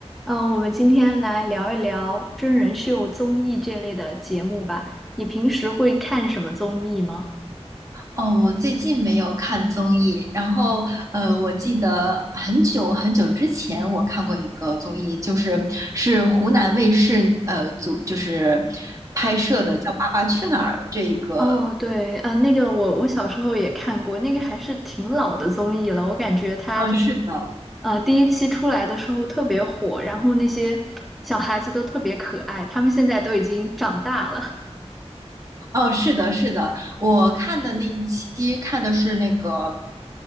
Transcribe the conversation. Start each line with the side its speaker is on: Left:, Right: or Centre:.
Centre: 呃，我们今天来聊一聊真人秀、综艺这类的节目吧。你平时会看什么综艺吗？
Right: 哦，我最近没有看综艺，然后呃，我记得很久很久之前我看过一个综艺，就是是湖南卫视呃组就是拍摄的，叫《爸爸去哪儿》这个，
Centre: 哦，对，啊、那个我我小时候也看过，那个还是挺老的综艺了。我感觉它就是，
Right: 嗯、是的，
Centre: 呃，第一期出来的时候特别火，然后那些小孩子都特别可爱，他们现在都已经长大了
Right: 哦，是的，是的，我看的那一期看的是那个